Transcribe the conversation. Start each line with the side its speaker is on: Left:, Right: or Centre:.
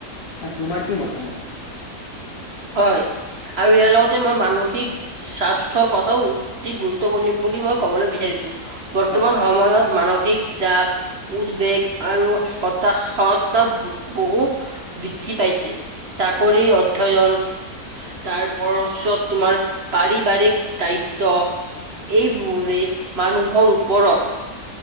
Left: তাত তোমাৰ কি মতামত?
Right: হয় আৰু ইয়াৰ লগতে মই মানসিক স্বাস্থ্যৰ কথাও অতি গুৰুত্বপূৰ্ণ বুলি মই কবলৈ বিচাৰিছো। বৰ্তমান
Left: হয়,
Right: সময়ত মানসিক জাপ, উদ্বেগ আৰু হতাশত ভোগ বহু বৃদ্ধি পাইছে। চাকৰি অধ্যয়ন তাৰপৰছত তোমাৰ পাৰিবাৰিক দায়িত্ব এইবোৰে মানুহৰ ওপৰত